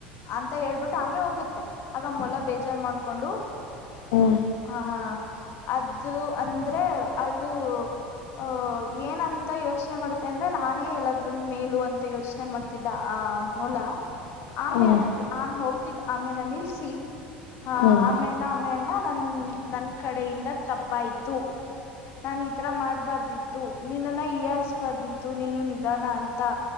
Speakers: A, on the left (about 50°); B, on the left (about 65°).
A: ಅಂತ ಹೇಳ್ಬಿಟ್ಟು ಆಮೆ ಹೋಗುತ್ತೆ ಆಗ ಮೊಲ ಬೇಜಾರ್ ಮಾಡ್ಕೊಂಡು.
B: ಹು
A: ಹಾ ಆದ್ರೂ ಅಂದ್ರೆ ಅದು. ಅ ಏನಂತ ಯೋಚನೆ ಮಾಡುತ್ತೇ ಅಂದ್ರೆ ನಾನೇ ಎಲ್ಲದ್ರಲ್ಲೂ ಮೇಲು ಅಂತ. ತ್ತೆ ಯೋಚನೆ ಮಾಡ್ತಿದ್ದ ಆ ಮೋಲಾ. ಆಮೆ
B: ಹ್ಮ್
A: ಅತ
B: ಹ್ಮ್
A: ಆಮ ಹೋಗ್ತಿದ ಆಮೇನ ನಿಲ್ಸಿ. ಹಾ
B: ಹ್ಮ್
A: ಆಮೇಣ್ಣ ಆಮೆ ಅಣ್ಣ ನನ್ನ ನನ್ಕಡೆಯಿಂದ ತಪ್ಪಾಯ್ತು. ನಾನ ಈತರಾ ಮಾಡ್ಬಾರ್ದಿತ್ತು ನಿನ್ನನ್ನ ಹಿಯಾಳ್ಸ್ಬಾರ್ದಿತ್ತು ನೀನು ನಿಧಾನ ಅಂತಾ.